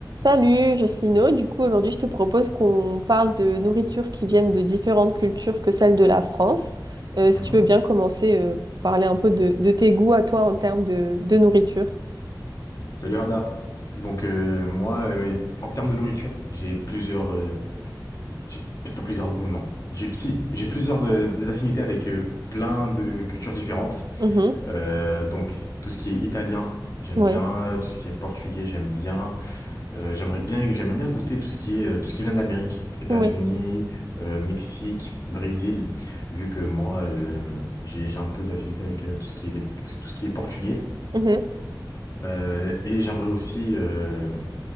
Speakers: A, on the right (about 60°); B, on the left (about 45°).
A: Salut Jocelyno, du coup aujourd'hui je te propose qu'on parle de nourriture qui viennent de différentes cultures que celles de la France. Euh, si
B: Mhm.
A: tu veux bien commencer, euh, parler un peu de, de tes goûts à toi en termes de, de nourriture.
B: Salut Rada. Donc euh, moi, euh, mais en termes de nourriture, j'ai plusieurs, euh, j'ai p- pas plusieurs goûts, non. J'ai si, j'ai plusieurs euh, affinités avec euh, plein de cultures différentes.
A: Mhm,
B: Euh, donc tout ce qui est italien, j'aime
A: oui,
B: bien. Tout ce qui est portugais, j'aime bien. Euh, j'aimerais bien, j'aime bien goûter tout ce qui est, euh, tout ce qui vient d'Amérique, États-Unis,
A: oui.
B: euh, Mexique, Brésil. Vu que moi, euh, j'ai j'ai un peu d'affinité avec euh, tout ce qui est des- tout ce qui est portugais.
A: mhm,
B: Euh, et j'aimerais aussi euh,